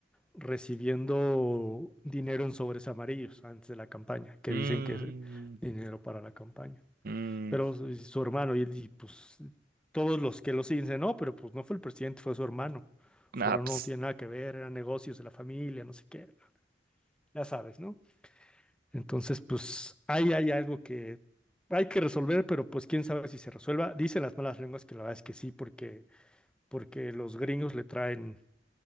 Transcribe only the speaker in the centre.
recibiendo dinero en sobres amarillos antes de la campaña, que
dicen que es dinero para la campaña.
Pero su, su hermano, y, y, pues todos los que lo siguen dicen, no, pero pues no fue el presidente, fue su hermano. Su
hermano
no tiene nada que ver, eran negocios de la familia, no sé qué, ya sabes, ¿no? Entonces, pues ahí hay algo que hay que resolver, pero pues quién sabe si se resuelva. Dicen las malas lenguas que la verdad es que sí, porque, porque los gringos le traen,